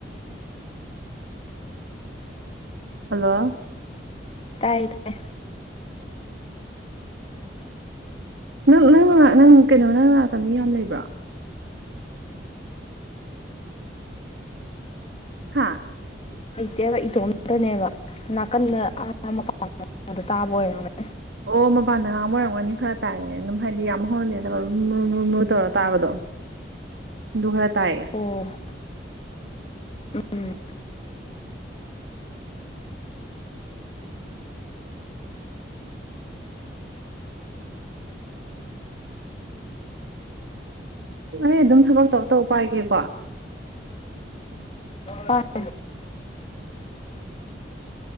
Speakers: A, on the right; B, on the left.
A: ꯍꯜꯂꯣ
B: ꯇꯥꯏ ꯇꯥꯏꯌꯦ
A: ꯅꯪ ꯅꯪ ꯅꯪ ꯅꯥꯛ ꯀꯩꯅꯣ ꯅꯪ ꯅꯥꯛꯇ ꯃꯤ ꯌꯥꯝ ꯂꯩꯕ꯭ꯔꯣ ꯍꯥ
B: ꯂꯩꯇꯦꯕ ꯏꯇꯣꯝꯇꯅꯦꯕ ꯅꯥꯀꯟꯗ ꯑꯥ ꯃꯄꯥꯟꯗ ꯇꯥꯕ ꯑꯣꯏꯔꯝꯒꯅꯤ
A: ꯑꯣ ꯃꯄꯥꯟꯗ ꯉꯥꯡꯕ ꯑꯣꯏꯔꯝꯒꯅꯤ ꯈꯔ ꯇꯥꯏꯌꯦ ꯑꯗꯨꯝ ꯍꯥꯏꯗꯤ ꯌꯥꯝ ꯍꯧꯅꯗꯤ ꯅꯠꯇꯕ ꯗꯨꯝ ꯃꯔꯨ ꯃꯔꯨ ꯇꯧꯔ ꯇꯥꯕꯗꯣ ꯑꯗꯨ ꯈꯔꯥ ꯇꯥꯑꯦ
B: ꯑꯣ ꯎꯝ
A: ꯑꯩ ꯑꯗꯨꯝ ꯊꯕꯛ ꯇꯧ ꯇꯧ ꯄꯥꯏꯒꯦꯀꯣ
B: ꯍꯣꯏ